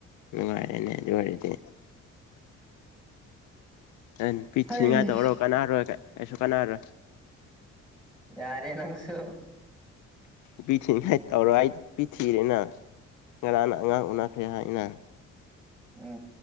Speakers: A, on the left (about 80°); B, in the centre.
A: ꯅꯨꯡꯉꯥꯏꯔꯦꯅꯦ ꯑꯗꯨ ꯋꯥꯔꯤꯗꯤ ꯑꯦ ꯅꯨꯄꯤ
B: ꯍꯩ
A: ꯊꯤꯅꯤꯡꯉꯥꯏ ꯇꯧꯔꯣ ꯀꯅꯥꯅꯔꯣꯏ ꯀꯩꯁꯨ ꯀꯅꯥꯔꯣ
B: ꯌꯥꯔꯦ ꯅꯪꯁꯨ
A: ꯄꯤꯊꯉ ꯇꯔꯣ ꯄꯤꯊꯤꯔꯦꯅ ꯀꯔꯅꯉꯥꯡ ꯑꯣꯈ ꯍꯅ
B: ꯎꯝ